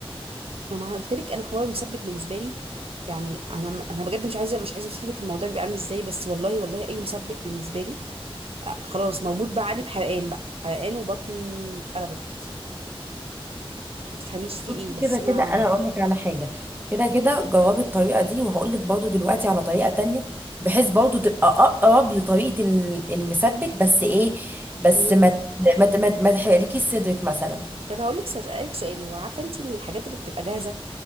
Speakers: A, on the right; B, on the right.
A: ما انا قلت لك انا حوار المسبك بالنسبه لي يعني انا انا بجد مش عايزه مش عايزه اوصف لك الموضوع بيبقى عامل ازاي بس والله والله اي مسبك بالنسبه لي آه، خلاص موجود بقى علي بحرقان بقى حرقان وبطني اتقلبت ما تفهميش في
B: بصي
A: ايه بس
B: كده
A: انا
B: كده انا هقول لك على حاجه كده كده جربي الطريقه دي وهقول لك برضو دلوقتي على طريقه تانية بحيث برضو تبقى اقرب لطريقه ال- المسبك بس ايه بس
A: مهم.
B: ما ت- ما ت- ما, ت- ما تحرقلكيش صدرك مثلا
A: طب هقول لك اسالك سؤال هو عارفه انت الحاجات اللي بتبقى جاهزه